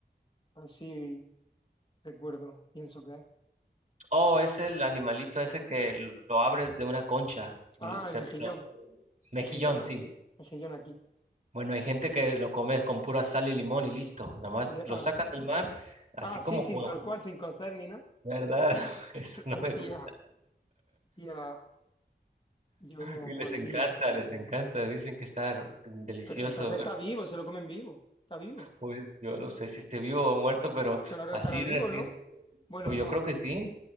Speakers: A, on the left; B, on the right.
A: Así recuerdo, pienso que es.
B: Oh, es el animalito ese que lo abres de una concha.
A: Ah,
B: lo- se-
A: el mejillón,
B: lo- mejillón,
A: mejillón aquí,
B: sí.
A: mejillón aquí.
B: Bueno, hay gente que lo come con pura sal y limón y listo. Nada más
A: Ya,
B: lo
A: Ah,
B: sacan del mar, así
A: Ah,
B: como
A: sí, sin
B: con...
A: tal cual, sin cocer ni nada.
B: ¿Verdad? <laughs> Eso
A: <laughs>
B: no
A: Hostia,
B: me gusta.
A: hostia, yo no
B: Y
A: podría.
B: les encanta, les encanta. Dicen que está r- delicioso.
A: Pero entonces
B: ¿verdad?
A: está vivo, se lo comen vivo, está vivo.
B: Pues yo no sé si esté vivo o muerto, pero
A: Claro,
B: así
A: estará vivo,
B: recién.
A: ¿no? Bueno,
B: Pues
A: no,
B: yo creo que sí.